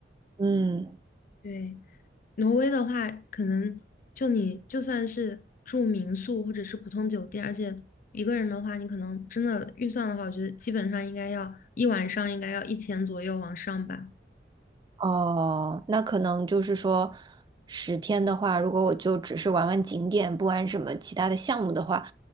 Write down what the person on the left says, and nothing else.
对，挪威的话，可能就你就算是住民宿或者是普通酒店，而且一个人的话，你可能真的预算的话，我觉得基本上应该要一晚上应该要一千左右往上吧。